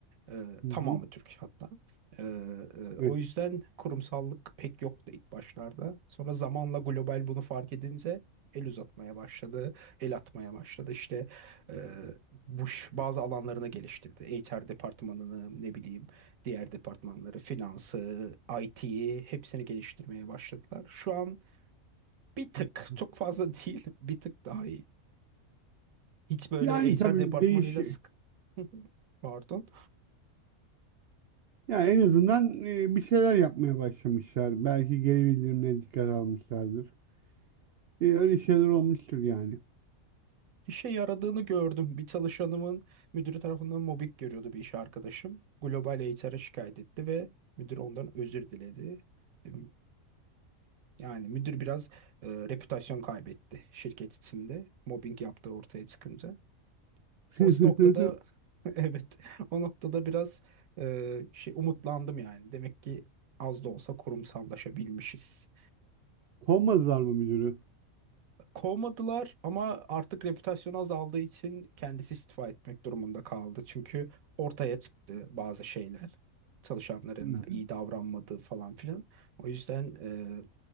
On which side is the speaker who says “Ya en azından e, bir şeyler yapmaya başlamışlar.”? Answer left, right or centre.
Right